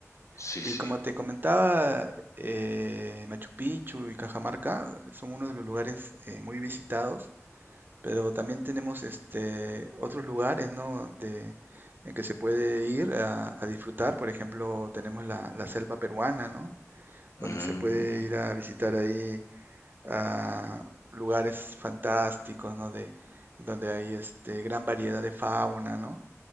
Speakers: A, on the left; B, on the right.
A: sí,
B: Y
A: sí.
B: como te comentaba, eh, Machu Picchu y Cajamarca son uno de los lugares eh, muy visitados, pero también tenemos este, otros lugares, ¿no? de- en que se puede ir a, a disfrutar. Por ejemplo, tenemos la, la selva peruana, ¿no? Donde
A: Mm,
B: se puede ir a visitar ahí a lugares fantásticos, ¿no? De, donde hay este, gran variedad de fauna, ¿no?